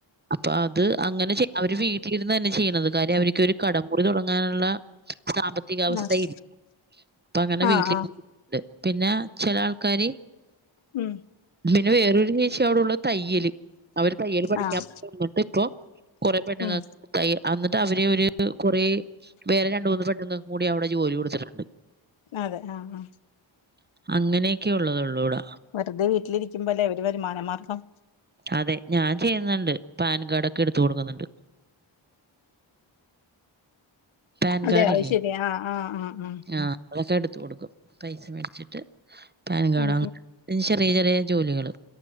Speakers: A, on the right; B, on the left.
A: അപ്പ അത് അങ്ങനെ ചെ അവര് വീട്ടിലിരുന്നന്നെ ചെയ്യണത് കാര്യം അവരിക്ക് ഒരു കടംമുടി തുടങ്ങാനുള്ള സാമ്പത്തിക അവസ്ഥ
B: ആഹ്
A: ഇല് അപ്പൊ അങ്ങന
B: ആഹ്
A: വീട്ടിലി
B: ആഹ്
A: <unintelligible> പിന്നെ ചെല ആൾക്കാര്
B: ഉം
A: പിന്നെ വേറൊരു ചേച്ചി അവിടുള്ള തയ്യല് അവര് തയ്യല് പഠിക്കാൻ
B: ആഹ്
A: പോകുന്നുണ്ട് ഇപ്പൊ കൊറേ പെണ്ണുങ്ങക്ക്
B: ഉം
A: തയ്യ അന്നിട്ട് അവര് ഒരു കുറേ വേറെ രണ്ടൂന്ന് പെണ്ണുങ്ങക്ക് കൂടി അവിടെ ജോലി കൊടുത്തിട്ടുണ്ട്
B: അതെ ആ ആ
A: അങ്ങനെക്കെ ഒള്ളത് ഒള്ളൂ ട
B: വെറുതെ വീട്ടില് ഇരിക്കുമ്പോല്ലെ ഒരു വരുമാനമാർഗ്ഗം
A: അതെ ഞാൻ ചെയ്യുന്നുണ്ട് പാൻ കാർഡൊക്കെ എടുത്ത് കൊടുക്കുന്നുണ്ട് പാൻ
B: അതെ
A: കാർഡില്ലേ
B: അത് ശരി ആ ആ ആ ആ ഉം
A: ആഹ് അതൊക്കെ എടുത്ത് കൊടുക്കും പൈസ മേടിച്ചിട്ട് പാൻ കാഡങ്ങ
B: ഉം
A: <unintelligible> ചെറിയ ചെറിയ ജോലികള്